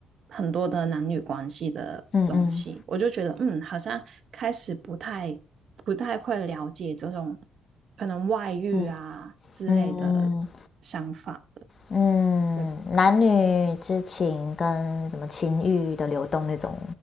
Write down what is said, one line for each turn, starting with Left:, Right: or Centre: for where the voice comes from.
Right: 很多的男女关系的东西，
Left: 嗯
Right: 我就觉得嗯，好像开始不太不太会了解这种可能外遇啊之类的
Left: 嗯嗯
Right: 想法。
Left: 嗯，
Right: 对
Left: 男女之情跟什么情欲的流动那种，